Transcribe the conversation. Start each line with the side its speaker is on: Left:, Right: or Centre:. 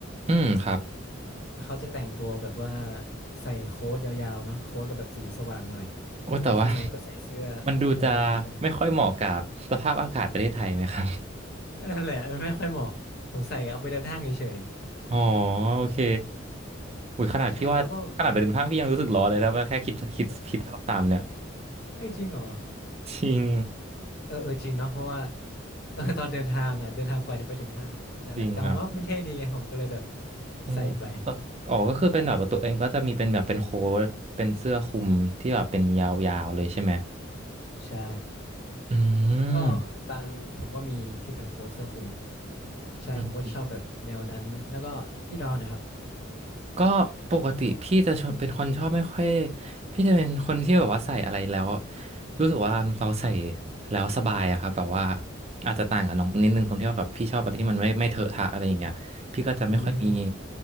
Right: อืม ครับ
Left: เขาจะแต่งตัวแบบว่าใส่โค้ทยาวๆเนาะโค้ทกับแบบสีสว่างหน่อย
Right: โอ้แต่ว่า
Left: แล้วก็ข้างในก็ใส่เสื้อเออใช่
Right: <laughs> มันดูจะไม่ค่อยเหมาะกับสภาพอากาศประเทศไทยไหมครับ
Left: อันนั่นแหละมันไม่ค่อยเหมาะผมใส่เอาไปเดินห้างเฉย
Right: อ๋อโอเคอุ้ยขนาดพี่ว่าขนาดไปเดินห้างพี่ยังรู้สึกร้อนเลยครับว่าแค่คิดคิดคิดภาพตามเนี่ย
Left: ๆใช่แล้วก็เอ้ยจริงเหรอ
Right: <laughs> จริง
Left: เออเออจริงเนาะเพราะว่า <laughs> เออตอนเดินทางอ่ะเดินทางกว่าจะไปถึงห้างนั่นแหละแต่ผมว่ามันเท่ดีไงผมก็เลยแบบ
Right: จริงครับ อืมก็อ๋อก็คือเป็นแบบว่าตัวเองก็จะมีเป็นแบบเป็นโค้ทเป็นเสื้อคลุมที่แบบเป็นยาวๆเลยใช่ไหม
Left: ใส่ไปใช่
Right: อื
Left: ก็บางผมก็มีที่เป็นโค้ทเสื้อคลุมใช่ผมก็จะชอบแบบแนวนั้นแล้วก็พี่ดอนนะครับ
Right: ม ก็ปกติพี่จะชอบเป็นคนชอบไม่ค่อยพี่จะเป็นคนที่แบบว่าใส่อะไรแล้วรู้สึกว่าเราใส่แล้วสบายอะครับแบบว่าอาจจะต่างกับน้องนิดนึงตรงที่ว่าแบบพี่ชอบอะไรที่มันไม่ไม่เถอะทะอะไรอย่างเงี้ยพี่ก็จะไม่ค่อยมี
Left: อืม